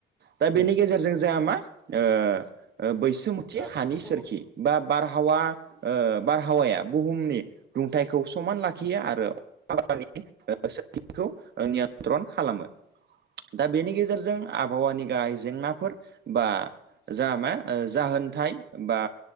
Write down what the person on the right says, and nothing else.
दा बेनि
गेजेरजों जोंहा मा ओ ओ बैसोमुथि
हानि
सोरखि बा बारहावा ओ बारहावाया बुहुमनि दुंथाइखौ समान लाखियो आरो <unintelligible> ट्रन खालामो दा बेनि गेजेरजों आबहावानि गाहाय जेंनाफोर बा जाआ मा जाहोनथाय बा